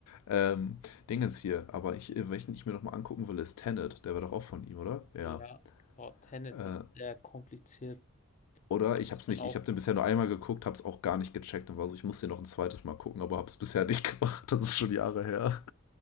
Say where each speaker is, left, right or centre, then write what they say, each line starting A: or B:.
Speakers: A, on the left; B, on the left.
A: Ähm, Dingens hier, aber ich, äh, welchen ich mir nochmal angucken will, ist Tenet. Der war doch auch von ihm, oder? Ja.
B: Ja, oh, Tenet
A: Äh,
B: ist sehr kompliziert.
A: oder?
B: Da
A: Ich
B: muss
A: hab's
B: man
A: nicht.
B: auch,
A: Ich hab den bisher nur einmal geguckt, hab's auch gar nicht gecheckt und war so, ich muss den noch ein zweites Mal gucken, aber hab's bisher nicht <laughs> gemacht. Das ist schon Jahre her.